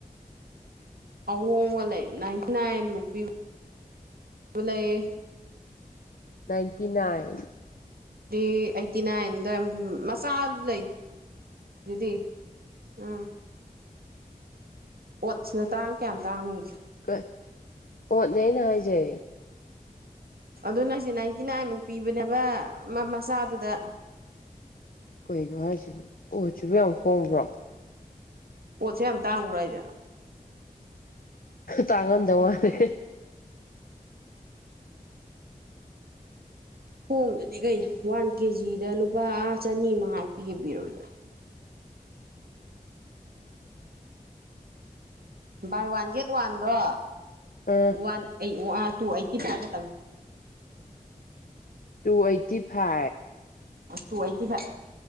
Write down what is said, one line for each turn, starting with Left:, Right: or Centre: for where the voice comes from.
Right: ꯑꯍꯣꯡꯕ ꯂꯩ ꯅꯥꯏꯟꯇꯤ ꯅꯥꯏꯟꯃꯨꯛ ꯄꯤꯕ ꯄꯤꯕ ꯂꯩ
Left: ꯅꯥꯏꯟꯇꯤ ꯅꯥꯏꯟ
Right: ꯑꯩꯠꯇꯤ ꯅꯥꯏꯟꯗ ꯃꯆꯥ ꯂꯩ ꯤꯗꯤ ꯎꯝ ꯄꯣꯠꯁꯤꯅ ꯇꯥꯡ ꯀꯌꯥꯝ ꯇꯥꯡꯉꯒꯦ
Left: ꯀ ꯑꯣꯅꯦꯅ ꯍꯥꯏꯖꯦ
Right: ꯑꯗꯨ ꯅꯪꯁꯦ ꯅꯥꯏꯟꯇꯤ ꯅꯥꯏꯟꯃꯨꯛ ꯄꯤꯕꯅꯦꯕ ꯃꯆꯥꯗꯨꯗ
Left: ꯀꯩꯅꯣ ꯍꯥꯏꯁꯤꯕ ꯑꯣꯠꯁꯨꯕꯨ ꯌꯥꯝ ꯍꯣꯡꯕ꯭ꯔꯣ
Right: ꯄꯣꯠꯁꯦ ꯌꯥꯝ ꯇꯥꯡꯉ꯭ꯔꯥ ꯍꯥꯏꯁꯦ
Left: ꯇꯥꯡꯉꯝꯗꯧ ꯃꯥꯜꯂꯦ
Right: ꯍꯣꯡꯗꯗꯤ ꯀꯩꯅꯣ ꯋꯥꯟ ꯀꯦꯖꯤꯗ ꯂꯨꯄꯥ ꯆꯅꯤ ꯃꯉꯥ ꯄꯤꯒꯦ ꯄꯤꯔꯗꯅꯦ ꯕꯥꯏ ꯋꯥꯟ ꯒꯦꯠ ꯋꯥꯟꯗꯣ
Left: ꯑꯥ
Right: ꯋꯥꯟ ꯑꯩ ꯇꯨ ꯑꯩꯠꯇꯤ ꯐꯥꯏ ꯈꯛꯇꯪ
Left: ꯇꯨ ꯑꯩꯠꯇꯤ ꯐꯥꯏꯚ
Right: ꯇꯨ ꯑꯏꯇꯦ ꯗꯤꯚꯦ